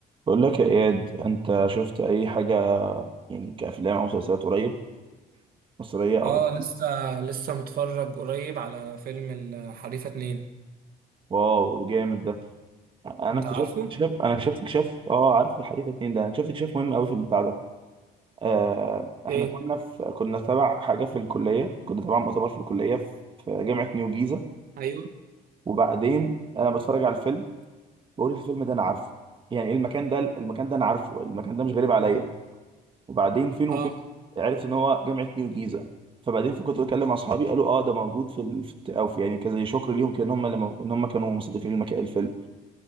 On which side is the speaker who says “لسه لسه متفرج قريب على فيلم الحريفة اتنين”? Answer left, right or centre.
Right